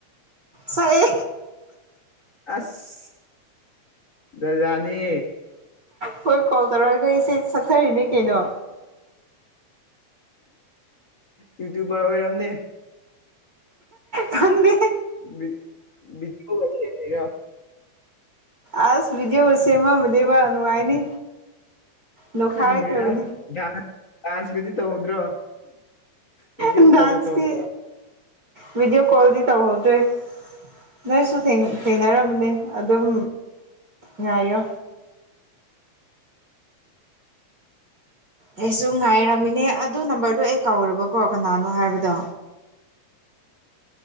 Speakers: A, on the right; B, on the left.
A: ꯁꯥꯛ ꯑꯦ
B: ꯑꯁ ꯔꯥꯖꯅꯦ
A: ꯍꯣꯏ ꯀꯣꯜ ꯇꯧꯔꯛꯑꯒ ꯏꯆꯦ ꯁꯛꯊꯔꯤꯅꯦ ꯀꯩꯅꯣ
B: ꯌꯨꯇꯨꯕꯔ ꯑꯣꯏꯔꯝꯅꯦ
A: ꯈꯪꯗꯦ
B: ꯕꯤ ꯕꯤꯗꯤꯑꯣ ꯒꯥ ꯁꯦꯝꯃꯤꯔꯣ
A: ꯑꯁ ꯕꯤꯗꯤꯑꯣꯒ ꯁꯦꯃꯝ ꯃꯗꯦꯕꯥ ꯅꯨꯡꯉꯥꯏꯅꯤ ꯅꯣꯛꯈꯥꯏꯈ꯭ꯔꯕꯅꯤ
B: ꯈꯪꯉꯦꯗ ꯗꯥꯟꯁ ꯗꯥꯟꯁꯀꯗꯤ ꯇꯧꯗ꯭ꯔꯣ ꯚꯤꯗꯤꯑꯣ
A: ꯑꯟ
B: ꯀꯣꯜꯒ
A: ꯗꯥꯁꯇꯤ
B: ꯇꯧꯗ
A: ꯕꯤꯗꯤꯑꯣ ꯀꯣꯜꯗꯤ ꯇꯧꯍꯧꯗ꯭ꯔꯦ ꯅꯣꯏꯁꯨ ꯊꯦꯡ ꯊꯦꯡꯅꯔꯝꯕꯅꯦ ꯑꯗꯨꯝ ꯉꯥꯏꯌꯣ ꯑꯩꯁꯨ ꯉꯥꯏꯔꯝꯃꯤꯅꯦ ꯑꯗꯨ ꯅꯝꯕꯔꯗꯨ ꯑꯩ ꯀꯧꯔꯕꯀꯣ ꯀꯅꯥꯅꯣ ꯍꯥꯏꯕꯗꯣ